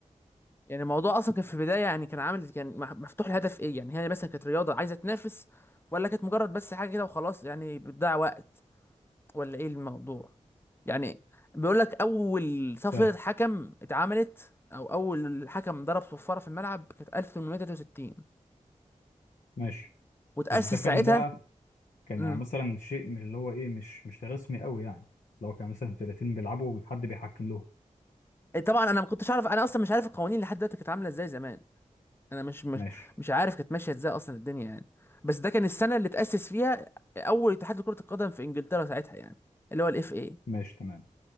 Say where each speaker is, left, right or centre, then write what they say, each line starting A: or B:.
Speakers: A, on the left; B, on the left.
A: يعني الموضوع اصلا كان في البدايه يعني كان عامل كان مح- مفتوح الهدف ايه يعني هي مثلا كانت رياضه عايزه تنافس ولا كانت مجرد بس حاجه كده وخلاص يعني بتضيع وقت ولا ايه الموضوع يعني بيقول لك اول صفره
B: فاهم
A: حكم اتعملت او اول حكم ضرب صفاره في الملعب كانت 1863
B: ماشي
A: وتاسس
B: بس ده كان
A: ساعتها
B: ده كان
A: امم
B: يعني مثلا شيء من اللي هو ايه مش مش رسمي قوي يعني لو كان مثلا فرقتين بيلعبوا وحد بيحكم لهم
A: طبعا انا ما كنتش عارف انا اصلا مش عارف القوانين لحد دلوقتي كانت عامله ازاي زمان انا مش مش
B: ماشي
A: مش عارف كانت ماشيه ازاي اصلا الدنيا يعني بس ده كان السنه اللي تاسس فيها اول اتحاد لكره القدم في انجلترا ساعتها يعني اللي هو الاف اي
B: ماشي تمام